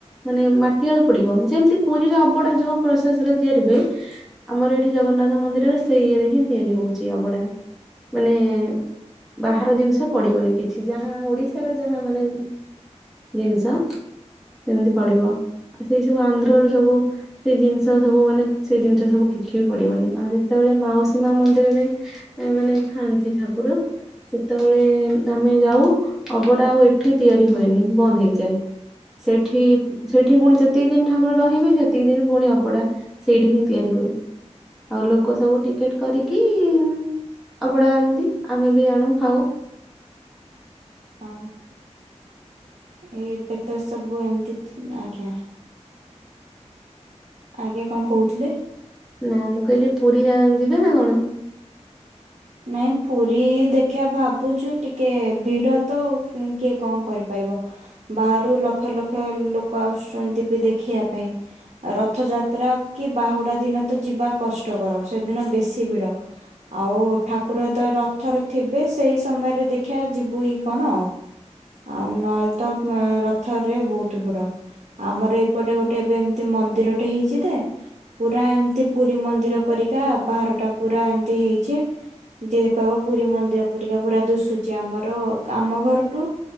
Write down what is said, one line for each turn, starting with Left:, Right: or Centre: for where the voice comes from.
Centre: ମାନେ ମାଟି ଆଳୁ ପଡିବ, ଯେମିତି ପୁରୀରେ ଅବଡା ଯୋଉ ପ୍ରୋସେସ ରେ ତିଆରି ହୁଏ ଆମର ଏଠି ଜଗନ୍ନାଥ ମନ୍ଦିରରେ ସେଇରେ ହିଁ ତିଆରି ହଉଛି ଅବଢା। ମାନେ ଏ ବାହାର ଜିନିଷ ପଡିବନି। କିଛି ଯାହା ଓଡିଶାର ଯାହା ମାନେ ମ୍ ଜିନିଷ ସେମିତି ପଡିବ ସେଇ ସବୁ ଆନ୍ଧ୍ରରୁ ସବୁ ସେଇ ଜିନିଷ ସବୁ ମାନେ ସେ ଜିନିଷ ସବୁ କିଛି ବି ପଡିବନି ଆଉ ଯେତେବେଳେ ମାଉସୀ ମା ମନ୍ଦିରରେ ଆ ମାନେ ଥାଆନ୍ତି ଠାକୁର, ସେତେବେଳେ ଏ ଆମେ ଯାଉ, ଅବଡା ଆଉ ଏଠି ତିଆରି ହୁଏନି ବନ୍ଦ ହେଇଯାଏ ସେଠି ପ୍ ସେଠି ପୁଣି ଯେତିକି ଦିନ ଠାକୁର ରହିବେ ସେତିକି ଦିନ ପୁଣି ଅବଡା ସେଇଠି ହିଁ ତିଆରି ହୁଏ। ଆଉ ଲୋକ ସବୁ ଟିକେଟ୍ କରିକି ଇ ଆପଣ ଆଣନ୍ତି ଆମେ ବି ଆଣୁ ଖାଉ।
Right: ହଁ। ଏ ଏବେ ତ ସବୁ ଏମିତି ମ୍ ଆଜ୍ଞା। ଆଜ୍ଞା କଣ କହୁଥିଲେ?
Centre: ନା ମୁଁ କହିଲି ପୁରୀ। ଯିବେ ନା କଣ?
Right: ନାଇଁ ପୁରୀ ଦେଖିବା ଭାବୁଛୁ ଟିକେ ଭିଡ ତ କିଏ କଣ କରିପାରିବ ବାହାରୁ ଲକ୍ଷ ଲକ୍ଷ ଲୋକ ଆସୁଛନ୍ତି ବି ଦେଖିବା ପାଇଁ ରଥ ଯାତ୍ରା କି ବାହୁଡା ଦିନ ତ ଯିବା କଷ୍ଟକର ସେଦିନ ବେଶୀ ଭିଡ ଆଉ। ଠାକୁର ଯେତେବେଳେ ରଥରେ ଥିବେ ସେଇ ସମୟରେ ଦେଖିବା ଯିବୁ କି କଣ ଆଉ। ଆଉ ନହଲେ ତ। ରଥରେ ବହୁତ ଭିଡ ଆମର ଏପଟେ ଗୋଟେ ଏବେ ଏମିତି ମନ୍ଦିରଟେ ହେଇଛି ଯେ ପୁରା ଏମତି ପୁରୀ ମନ୍ଦିର ପରିକା ବାହାର ଟା ପୁରା ଏମତି ହେଇଛି। ଯେ କହିବ ପୁରୀ ମନ୍ଦିର ପରିକା ପୁରା ଦୁଶୁଛି ଆମର ଆମ ଘରଠୁ